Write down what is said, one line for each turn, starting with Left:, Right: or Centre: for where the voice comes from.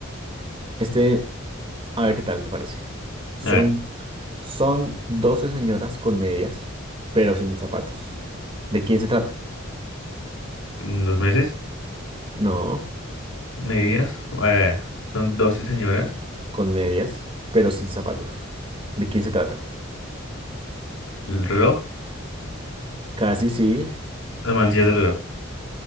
Right: Este, a ver qué tal te parece. Son,
Left: A ver,
Right: son 12 señoras con medias, pero sin zapatos. ¿De quién se trata?
Left: los meses.
Right: No,
Left: medias. eh, son 12 señoras.
Right: con medias, pero sin zapatos. ¿De quién se trata?
Left: El reloj,
Right: Casi sí.
Left: las manecillas del reloj.